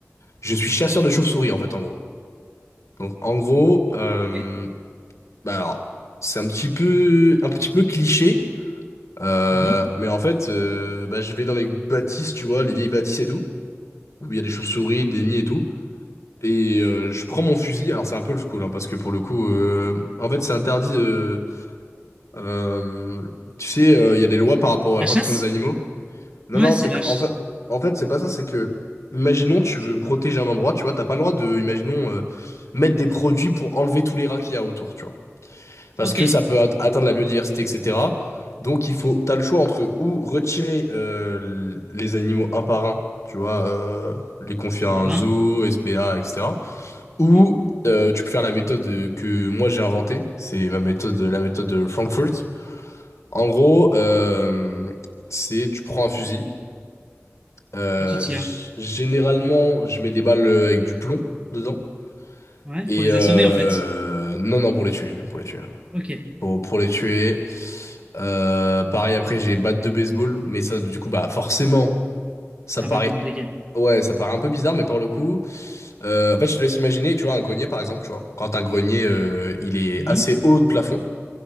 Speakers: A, on the left (about 70°); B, on the right (about 25°).
A: Je suis chasseur de chauves-souris, en fait, en gros. Donc, en gros, euh,
B: Ok.
A: bah alors, c'est un petit peu, un petit peu cliché, euh,
B: Mhm.
A: mais en fait, euh, bah, je vais dans les bâtisses, tu vois, les vieilles bâtisses et tout, où il y a des chauves-souris, des nids et tout, et euh, je prends mon fusil. Alors, c'est un peu le cool, hein, parce que pour le coup, euh, en fait, c'est interdit de... euh, tu sais, euh, il y a des lois par rapport à
B: La
A: la protection
B: chasse?
A: des animaux. Non,
B: Ouais,
A: non,
B: c'est
A: c'est
B: lâche.
A: qu'en fait, en fait, c'est pas ça, c'est que, imaginons, tu veux protéger un endroit, tu vois, t'as pas le droit de, imaginons, euh, mettre des produits pour enlever tous les rats qu'il y a autour, tu vois. Parce
B: Ok.
A: que ça peut at- atteindre la biodiversité, etc. Donc, il faut, t'as le choix entre ou retirer euh, l- les animaux un par un, tu vois, euh, les confier à
B: À la
A: un
B: main.
A: zoo, SPA, etc. Ou
B: Hmm.
A: euh, tu peux faire la méthode que moi j'ai inventée, c'est ma méthode, la méthode de Frankfurt. En gros, euh, c'est tu prends un fusil. Euh,
B: Et tu tires.
A: g- généralement, je mets des balles euh, avec du plomb dedans.
B: Ouais,
A: Et
B: pour les
A: euh,
B: assommer, en fait.
A: non, non, pour les tuer, pour les tuer,
B: Ok.
A: pour, pour les tuer. Euh, pareil, après, j'ai batte de baseball, mais ça, du coup, bah, forcément, ça
B: C'est
A: paraît,
B: un peu plus compliqué.
A: ouais, ça paraît un peu bizarre, mais pour le coup, euh, en fait, je te laisse imaginer, tu vois, un grenier, par exemple, tu vois, quand un grenier, euh, il est
B: Hmm.
A: assez haut de plafond.